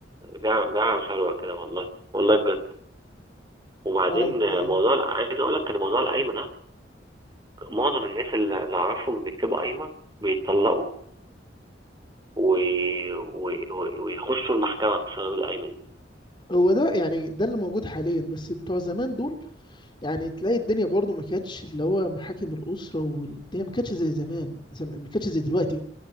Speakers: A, on the right; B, on the left.
A: بيع بيع وشهوة كده والله والله بجد وبعدين
B: وانا مم.
A: موضوع ال- عايز اقول لك ان موضوع القايمه ده معظم الناس اللي اللي اعرفهم بيكتبوا قايمه بيتطلقوا و... و... و... ويخشوا المحكمه بسبب القايمه دي
B: هو ده يعني ده اللي موجود حاليا بس بتوع زمان دول يعني تلاقي الدنيا برضو ما كانتش اللي هو محاكم الاسره والدنيا ما كانتش زي زمان زم... ما كانتش زي دلوقتي